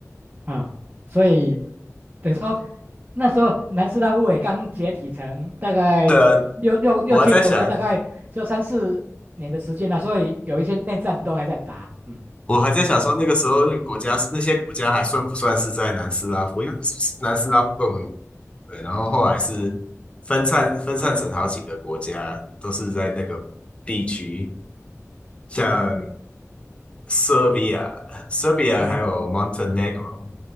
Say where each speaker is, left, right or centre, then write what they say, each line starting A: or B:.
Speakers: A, on the right; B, on the left.
A: 啊、所以。等于说那时候南斯拉夫也刚解体成大概六六六七个国家，
B: 对啊，我还在想，
A: 大概只有三四年的时间了，所以有一些内战都还在打。嗯，
B: 我还在想说那个时候那个国家那些国家还算不算是在南斯拉夫？因为是南斯拉夫共和国，对，然后后来是分散分散成好几个国家，都是在那个地区，像 Serbia、Serbia
A: 对，
B: 还有 Montenegro